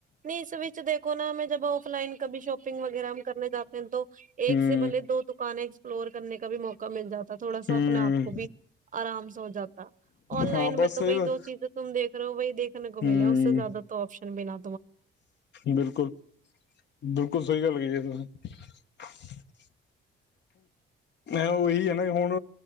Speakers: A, on the right; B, on the left.
A: ਨਹੀਂ ਇਸ ਵਿੱਚ ਦੇਖੋ ਨਾ ਮੈਂ ਜਬ ਔਫਲਾਈਨ ਕਭੀ ਸ਼ੋਪਿੰਗ ਵਗੈਰਾ ਹਮ ਕਰਨੇ ਜਾਤੇ ਹੈ ਤੋਂ
B: ਹਮ
A: ਐਕ ਸੇ ਭਲੇ ਦੋ ਦੁਕਾਨੇ ਐਕਸ ਪਲੋਰ ਕਰਨੇ ਕਾ ਭੀ ਮੌਕਾ ਮਿਲ ਜਾ ਤਾਂ ਥੋੜਾ ਸਾਂ
B: ਹਮ
A: ਆਪਣੇ ਆਪ ਕੋ ਭੀ ਆਰਾਮ ਸਾ ਹੋ ਜਾਤਾ ਔਨਲਾਈਨ
B: ਹਾਂ
A: ਮੇ
B: ਬਸ
A: ਤੋ
B: ਸਹੀ
A: ਬਈ
B: ਗੱਲ
A: ਜੌ ਚੀਜ਼ ਤੁਮ ਦੇਖ ਰਹੇ ਹੋ ਵਹਿ ਦੇਖਨੇ ਕੋ ਮਿਲੇ
B: ਹਮ
A: ਉਸ ਸੇ ਜ਼ਿਆਦਾ ਤੋਂ ਸ਼ਨ ਬਿਨਾਂ।
B: ਬਿਲਕੁਲ ਬਿਲਕੁਲ ਸਹੀ ਗੱਲ ਕਹੀ ਹੈ। <unintelligible> ਐ ਓਹੀ ਹੈ ਨਾ ਹੁਣ